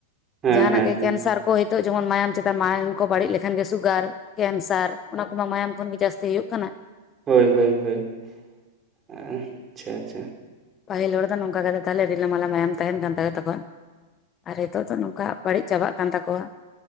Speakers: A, on the right; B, on the left.
A: ᱦᱮᱸ
B: ᱡᱟᱦᱟᱱᱟᱜ
A: ᱦᱮᱸ
B: ᱜᱮ
A: ᱦᱮᱸ
B: ᱠᱮᱱᱥᱟᱨ ᱠᱚ ᱦᱤᱛᱚᱜ ᱡᱮᱢᱚᱱ ᱢᱟᱭᱟᱢ ᱪᱮᱛᱟᱱ ᱢᱟᱭᱟᱢ ᱠᱚ ᱵᱟᱹᱲᱤᱡ ᱞᱮᱠᱷᱟᱱ ᱜᱮ ᱥᱩᱜᱟᱨ, ᱠᱮᱱᱥᱟᱨ ᱚᱱᱟ ᱠᱚᱢᱟ ᱢᱟᱭᱟᱢ ᱠᱷᱚᱱᱜᱮ ᱡᱟᱹᱥᱛᱤ ᱦᱩᱭᱩᱜ ᱠᱟᱱᱟ᱾
A: ᱦᱳᱭ ᱦᱳᱭ ᱦᱳᱭ, ᱟᱪᱪᱷᱟ ᱟᱪᱪᱷᱟ᱾
B: ᱯᱟᱦᱤᱞ ᱦᱚᱲ ᱫᱚ ᱱᱚᱝᱠᱟ ᱠᱟᱛᱮᱫ ᱛᱟᱦᱟᱞᱮ ᱨᱤᱞᱟᱹ ᱢᱟᱞᱟ ᱢᱟᱭᱟᱢ ᱛᱟᱦᱮᱱ ᱠᱟᱱ ᱛᱟᱭ ᱛᱠᱚᱭᱟ᱾ ᱟᱨ ᱦᱤᱛᱚᱜ ᱫᱚ ᱱᱚᱝᱠᱟ ᱵᱟᱹᱲᱤᱡ ᱪᱟᱵᱟᱜ ᱠᱟᱱ ᱛᱟᱠᱚᱣᱟ᱾